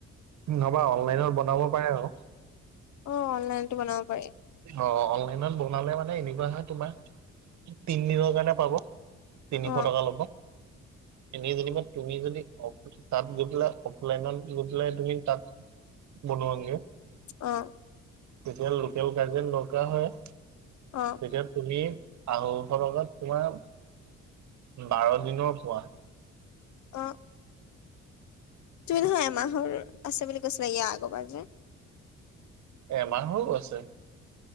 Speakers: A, on the right; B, on the left.
A: নহবা অনলাইনত বনাব পাৰে আৰু
B: অ অনলাইনতো বনাব পাৰি
A: অ অনলাইনত বনালে মানে এনেকুৱা হয় তোমাৰ তিন দিনৰ কাৰণে পাব তিনিশ
B: অ
A: টকা ল'ব এনেই যেনিবা তুমি যদি অ তাত গৈ পেলাই অফলাইনত গৈ পেলাই তুমি তাত বনোৱা গে
B: অ
A: তেতিয়া লোকেল গাৰ্জেন দৰকাৰ হয়।
B: অঁ
A: তেতিয়া তুমি আঢ়ৈশ টকাত তোমাৰ বাৰ দিনৰ পোৱা
B: অ তুমি নহয় এমাহৰ আছে বুলি কৈছিলা ইয়া আগৰবাৰ যে।
A: এমাহৰো আছে